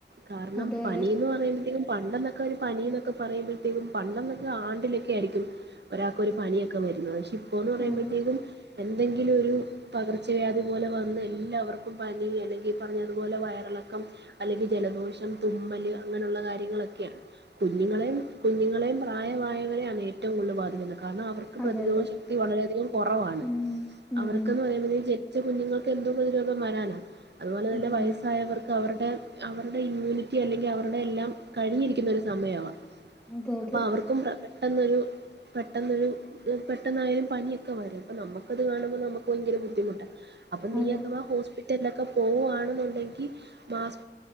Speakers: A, on the right (about 75°); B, in the centre.
A: കാരണം
B: അതെ
A: പനി
B: അതെ
A: എന്ന് പറയുമ്പോഴത്തേക്കും പണ്ടെന്നൊക്കെ ഒരു പനി എന്നൊക്കെ പറയുമ്പോഴത്തേക്കും പണ്ടെന്നൊക്കെ ആണ്ടിലൊക്കെ ആയിരിക്കും ഒരാക്കൊരു പനിയൊക്കെ വരുന്നത് പക്ഷെ ഇപ്പോ ന്ന് പറയുമ്പോഴത്തേക്കും
B: അതെ
A: എന്തെങ്കിലും ഒരു പകർ ച്ചവ്യാധി പോലെ വന്ന് എല്ലാവർക്കും പനി അല്ലെങ്കിൽ പറഞ്ഞതുപോലെ വയറിളക്കം അല്ലെങ്കിൽ ജലദോഷം തുമ്മല് അങ്ങനെയുള്ള കാര്യങ്ങളൊക്കെയാണ് കുഞ്ഞുങ്ങളെയും കുഞ്ഞുങ്ങളെയും പ്രായമായായവരെയാണ് ഏറ്റവും കൂടുതൽ ബാധിക്കുന്നത് കാരണം അവർക്ക്
B: അതെ
A: പ്രതിരോധ
B: അതെ
A: ശക്തി വളരെയധികം കുറവാണ്
B: ഉം ഉം
A: അവർക്കെന്ന് പറയുമ്പ ജനിച്ച കുഞ്ഞുങ്ങൾക്ക് എന്തൊക്കെ ഒരു രോഗം വരാനാണ് അതുപോലെ തന്നെ
B: ഉം
A: വയസ്സായവർക്ക് അവരുടെ അവരുടെ ഇമ്മ്യൂണിറ്റി അല്ലെങ്കിൽ അവരുടെയ എല്ലാം കഴിഞ്ഞിരിക്കുന്ന ഒരു സമയവാ
B: അതെ
A: അപ്പൊ
B: അതെ
A: അവർക്കും പെട്ടെന്നൊരു പെട്ടെന്നൊരു പെട്ടെന്നായാലും പനിയൊക്കെ വരും അപ്പൊ നമുക്കത് കാണുമ്പോൾ നമുക്ക് ഭയങ്കര ബുദ്ധിമുട്ടാണ് അപ്പൊ നീ
B: അതെ
A: അഥവാ ഹോസ്പിറ്റലിലൊക്കെ പോവവാണെന്നുണ്ടെങ്കിൽ മാസ്